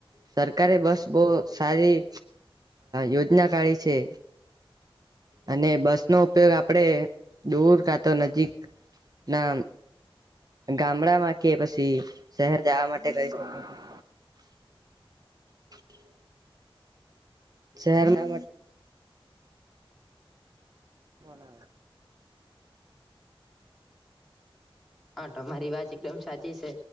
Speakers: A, on the right; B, in the centre.
A: સરકારે બસ બહુ સારી યોજના કાઢી છે. અને બસ નો ઉપયોગ આપ આપણે દૂર કાતો નજીકના ગામડા માં કે પછી શહેર જવા માટે કરી શકો. <unintelligible> શહેરના ના
B: હા તમારી વાત એકદમ સાચી છે